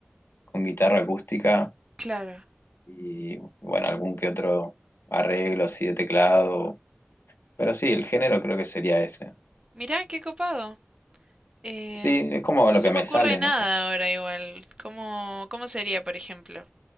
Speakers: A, on the left (about 65°); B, on the right (about 25°).
A: con guitarra acústica
B: claro.
A: y, bueno, algún que otro arreglo así de teclado, pero sí, el género creo que sería ese.
B: Mira, qué copado. Em,
A: Sí, es como lo
B: no se
A: que me
B: me ocurre
A: sale,
B: nada
A: no sé.
B: ahora igual. ¿Cómo, cómo sería, por ejemplo?